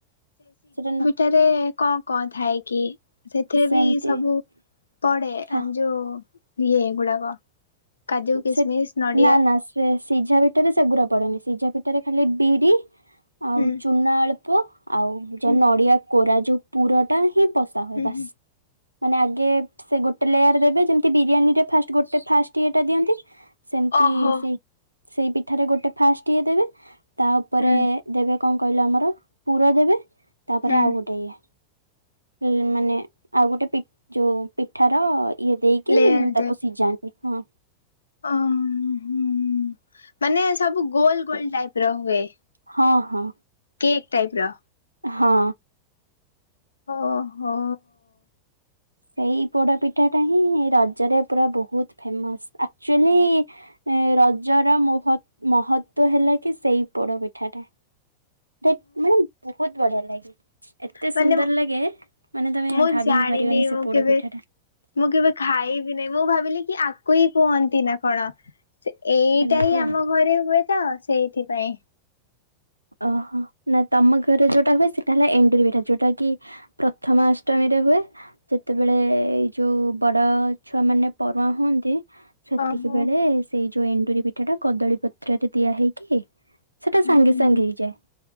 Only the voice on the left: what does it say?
ଠାରେ କଣ କଣ ଥାଏ କି? ସେଥିରେ
ବି ସବୁ ପଡେ
ଆଁ ଯୋଉ ଇଏ ଗୁଡାକ କାଜୁ କିସମିସ
ନଡିଆ
ହୁଁ
ହୁଁ
ହୁଁ
ହୁଁ।
ଓହୋ
ହୁଁ
ହୁଁ
ଲେୟାର
ଅ ହୁଁ, ମାନେ ସବୁ ଗୋଲ ଗୋଲ ଟାଇପ୍ ର ହୁଏ।
କେକ୍ ଟାଇପ୍ ର।
ଓ ହୋ।
ମାନେ
ମୁଁ
ଜାଣିନି
ମୁଁ
କେବେ
ମୁଁ କେବେ ଖାଇବି ନେହିଁ, ମୁଁ ଭାବିଲି କି ଆକୁ ହିଁ କୁହନ୍ତି ନା କଣ? ସେ ଏଇଟା
ହିଁ ଆମ
ଘରେ ହୁଏ ତ, ସେଇଥିପାଇଁ
ଓହୋ
ହୁଁ।